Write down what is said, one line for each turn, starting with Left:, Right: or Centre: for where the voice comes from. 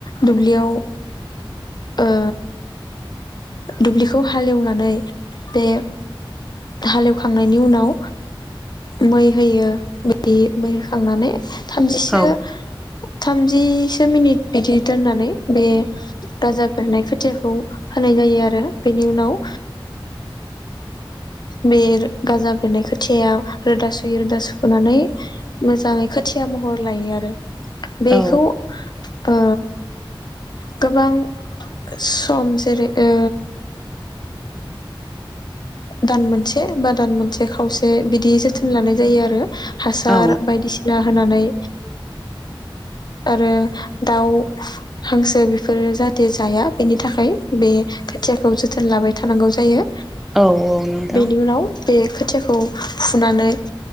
Left: दुब्लियाव ओ दुब्लिखौ हालेवनानै बे हालेवखांनायनि उनाव मै होयो <unintelligible> मै होखांनानै थामजि। <unintelligible>
Centre: औ
Left: थाम। जिसो मिनिट बिदि दोननानै बे गाजा बेरनाय खोथियाखौ फोनाय जायो आरो। बेनि उनाव बे गाजा बेरनाय खोथियाया रोदा सुयो रोदा सुखोनानै मोजाङै खोथिया महर लायो आरो। बेखौ
Centre: औ
Left: ओ गोबां सम जेरै ओ दान मोनसे बा दान मोनसे खावसे बिदि जोथोन लानाय जायो आरो। हासार
Centre: औ
Left: बायदिसिना होनानै आरो दाउ हांसो बेफोरो जाहाथे जाया बेनि थाखाय बे खोथियाखौ जोथोन लाबाय थानांगौ जायो।
Centre: औ नोंथां
Left: बेनि उनाव बे खोथियाखौ फुनानै